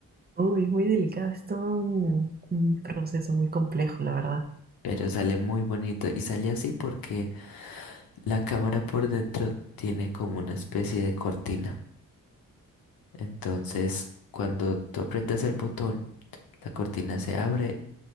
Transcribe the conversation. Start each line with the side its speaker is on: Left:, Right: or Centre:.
Right: Uy, es muy delicado, es todo un, un proceso muy complejo, la verdad.
Left: Pero sale muy bonito y sale así porque la cámara por dentro tiene como una especie de cortina. Entonces, cuando tú aprietas el botón, la cortina se abre